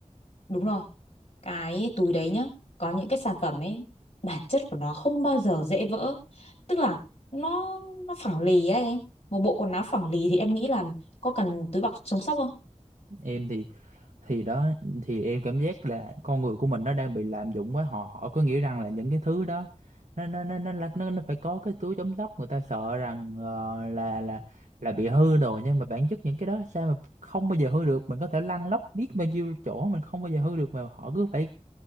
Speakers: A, on the left; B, on the right.
A: đúng rồi cái túi đấy nhá có những cái sản phẩm ấy bản chất của nó không bao giờ dễ vỡ tức là nó nó phẳng lì ấy em một bộ quần áo phẳng lì thì em nghĩ là có cần túi bọc chống sốc không
B: em thì thì đó thì em cảm giác là con người của mình nó đang bị lạm dụng quá họ họ có nghĩa rằng là những cái thứ đó nó nó nó nó là- nó, nó phải có cái túi chống sốc người ta sợ rằng ờ, là là là bị hư đồ nhưng mà bản chất những cái đó sao mà không bao giờ hư được mình có thể lăn lóc biết bao nhiêu chỗ mình không bao giờ hư được mà họ cứ phải